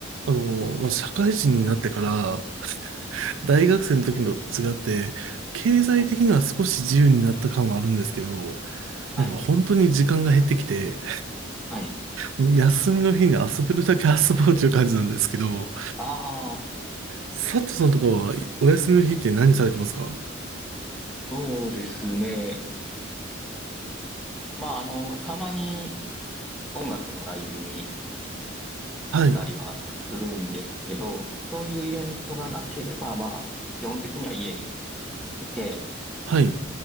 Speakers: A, on the right; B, in the centre.
A: あの、まあ、社会人になってから、大学生の時のと違って、経済的には少し自由になった感はあるんですけど、
B: はい、はい、
A: なんか本当に時間が減ってきて、
B: はい。
A: もう休みの日に遊べるだけ遊ぼうという感じなんですけど、
B: ああ、
A: 佐藤さんとかはお休みの日って何されてますか
B: そうですね。まあ、あの、たまに音楽のライブに行っ
A: はい、
B: たりはするんですけど、そういうイベントがなければ、まあ、基本的には家にいて、
A: はい。